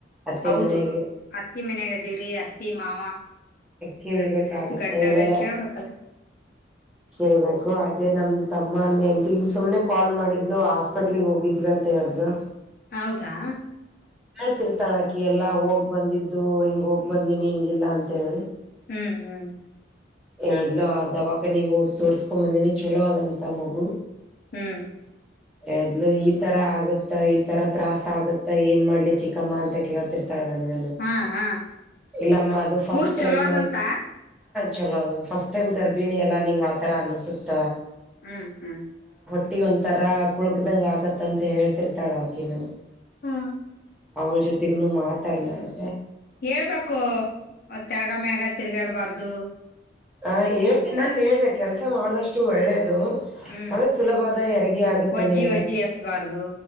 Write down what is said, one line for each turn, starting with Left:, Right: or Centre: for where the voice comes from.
Centre: ಅತ್ತೆ
Left: ಹೌದು
Centre: ಮನೆಗೆ
Left: ಅತ್ತಿ ಮನ್ಯಾಗದೀರಿ ಅತ್ತಿ ಮಾವ
Centre: ಕೇಳ್ಬೇಕಾಗತ್ತ
Left: ಗಂಡಾಗ
Centre: ಇವೆಲ್ಲ
Left: ಕೇಳ್ಬೇಕಲ್ಲ
Centre: ಕೇಳ್ಬೇಕು ಅದೇ ನಮ ತಮ್ಮನ್ ತಿಂಗ ಸುಮ್ನೆ ಕಾಲ್ ಮಾಡಿದ್ಲು ಹಾಸ್ಪಿಟ್ಲ್ ಹೋಗಿದ್ವಿ ಅಂತ ತ್ತ ಅದಲ <unintelligible>
Left: ಹೌದಾ
Centre: ಹೇಳ್ತಿರ್ತಾಳಕಿ ಎಲ್ಲಾ ಹೋಗ್ ಬಂದಿದ್ದು ಹಿಂಗ ಹೋಗ್ ಬಂದಿನಿ ಹಿಂಗಿಲ್ಲ ಅಂತೇಳಿ
Left: ಹ್ಮ್ ಹ್ಮ್
Centre: ಎದ್ಲ ದವಾಖನಿ ಹೋಗಿ ತೋರ್ಸ್ಕೊ ಬಂದೀಿನಿ ಚಲೋ ಅದಂತ ಮಗು
Left: ಹ್ಮ್
Centre: ಎದ್ಲು ಈ ತರ ಆಗುತ್ತ ಈ ತರ ತ್ರಾಾಸ ಆಗತ್ತ ಏನ್ ಮಾಡ್ಲಿ ಚಿಕ್ಕಮ್ಮ ಅಂತ ಕೇಳ್ತಿ ನಗ
Left: ಹಾ ಹಾ
Centre: ಇಲ್ಲಮ್ಮ ಅದು ಫಸ್ಟ್
Left: ಕೂಸ್ ಚಲೋ
Centre: ಟೈಮ್
Left: ಅದಂತ
Centre: ಚಲೋ ಅದ ಫಸ್ಟ್ ಟೈಮ್ ಗರ್ಭಿಣಿ ಎಲ್ಲಾಂಗ್ ಆತರ ಅನ್ಸುತ್ತ
Left: ಹ್ಮ್ ಹ್ಮ್
Centre: ಟ್ಟಿ ಒಂ ತರಾ ಕುಳಕದಂಗ ಆಗತ್ತಂತ ಹೇಳ್ತಿರ್ತಾಳ ಅಕಿನ
Left: ಹ್ಮ್
Centre: ಅವ್ರ ಜೊತೆಗನು ಮಾತಾಡ್ನಾಡು
Left: ಹೇಳ್ಬೇಕುತ್ಯಾಗ ಮ್ಯಾಗ ತಿರ್ಗಾಡ್ಬಾರ್ದು
Centre: ಹ ಹೇಳ ನಾನ್ ಹೇಳ್ದೆ ಕೆಲ್ಸ ಮಾಡದಷ್ಟು ಒಳ್ಳೇದು
Left: ಹ್ಮ್
Centre: ಅೆ ಸುಲಭದ ಹೆರಿಗೆ ಆಗುತ್ತೆ
Left: ಒಜ್ಜಿ
Centre: ನಿನಗ
Left: ಒಜ್ಜಿ ಎತ್ಬಾರ್ದು